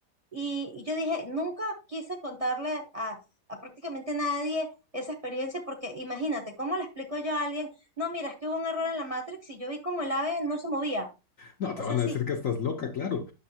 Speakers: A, on the right; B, on the left.
A: Y, y yo dije, nunca quise contarle a, a prácticamente nadie esa experiencia porque imagínate, ¿cómo le explico yo a alguien? No, mira, es que hubo un error en la Matrix y yo vi como el ave no se movía.
B: No, te
A: O
B: van
A: sea, sí,
B: a decir que estás loca, claro.